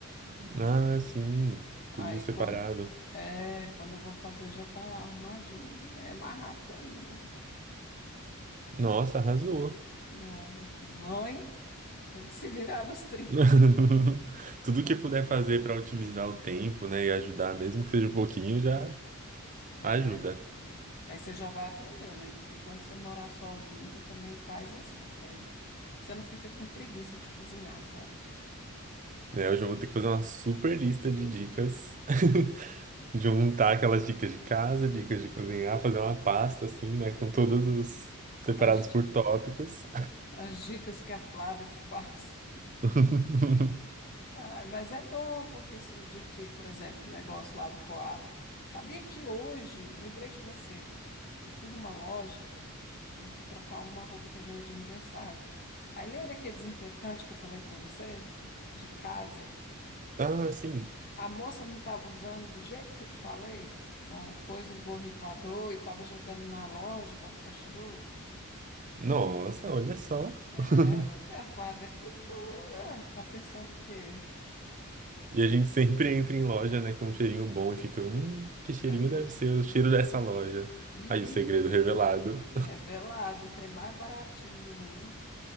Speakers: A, on the right; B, on the left.
A: Ah, sim, tudo
B: Aí
A: separado.
B: quando é, quando eu vou fazer já tá lá arrumadinho. É mais rápido ainda.
A: Nossa, arrasou.
B: É, meu filho. Mãe, tem que se virar nos trinta
A: <laughs> Tudo
B: né?
A: que puder fazer pra otimizar o tempo, né, e ajudar, mesmo que seja um pouquinho, já ajuda.
B: É. Aí você já vai aprender, né? Porque quando você morar sozinho, você também faz assim, que aí você não fica com preguiça de cozinhar, sabe?
A: É, eu já vou ter que fazer uma super lista de dicas <laughs> Juntar aquelas dicas de casa, dicas de cozinhar, fazer uma pasta assim, né? Com todos os separados
B: As, di-
A: por tópicos.
B: as dicas que a Flávia te <laughs> passa.
A: <laughs>
B: Ah, mas é bom, porque assim, o dia que, por exemplo, o negócio lá do Koala. Sabia que hoje, lembrei de você, eu fui numa loja, eu fui trocar uma roupa que eu ganhei de aniversário. Aí lembra aquele desinfetante que eu falei para você? De casa?
A: Ah, sim.
B: A moça não estava usando do jeito que eu te falei? Bom, pôs no borrifador e estava jogando na loja para ficar cheiroso?
A: Nossa, olha só.
B: É,
A: <laughs>
B: a Flávia é cultura. Tá pensando o quê?
A: E a gente sempre entra em loja, né, com um cheirinho bom e fica, hum, que cheirinho
B: É,
A: deve ser o cheiro dessa loja.
B: menino,
A: Aí o segredo revelado.
B: revelado, o trem mais baratinho do mundo,